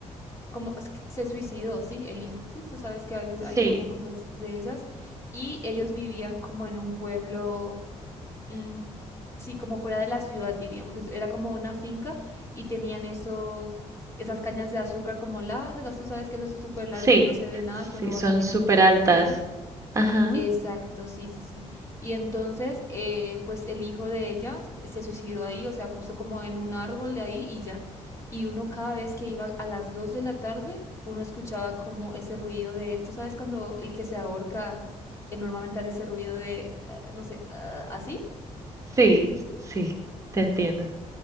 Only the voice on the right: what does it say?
Sí,
sí,
sí,
son
súper
altas.
Ajá,
sí, sí, te entiendo.